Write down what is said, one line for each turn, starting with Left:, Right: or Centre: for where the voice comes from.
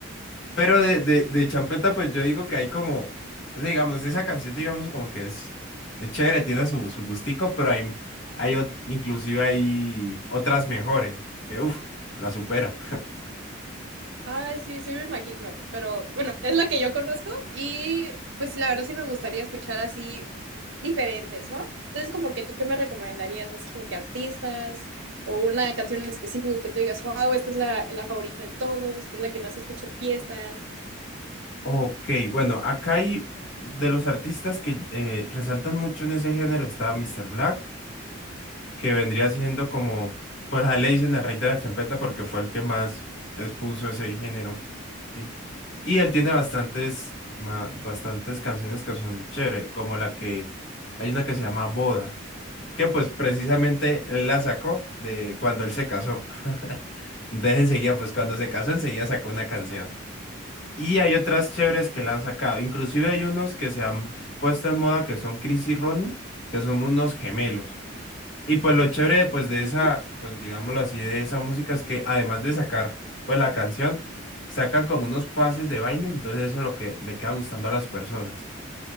Left: Pero de, de, de Champeta, pues yo digo que hay como, o sea, digamos, esa canción, digamos, como que es, es chévere, tiene su, su gustico, pero hay, hay ot- inclusive hay otras mejores, que uff, la superan.
Right: Ay, sí, sí me imagino, pero bueno, es la que yo conozco y pues la verdad sí me gustaría escuchar así diferentes, ¿no? Entonces como que tú qué me recomendarías, así como que artistas o una canción en específico que tú digas, wow, esta es la, la favorita de todos, que es la que más se escucha en fiestas.
Left: Ok, bueno, acá hay de los artistas que eh, resaltan mucho en ese género está Mr. Black, que vendría siendo como, pues a él le dicen el rey de la champeta porque fue el que más expuso ese género, ¿sí? Y él tiene bastantes, ma- bastantes canciones que son chévere, como la que, hay una que se llama Boda, que pues precisamente él la sacó de cuando él se casó. <laughs> Entonces enseguida, pues cuando se casó, enseguida sacó una canción. Y hay otras chéveres que la han sacado. Inclusive hay unos que se han puesto en moda que son Chris y Ronnie, que son unos gemelos. Y pues lo chévere, pues de
Right: Ujú.
Left: esa, pues digámoslo así, de esa música es que además de sacar, pues la canción, sacan como unos pases de baile, entonces eso es lo que le queda gustando a las personas.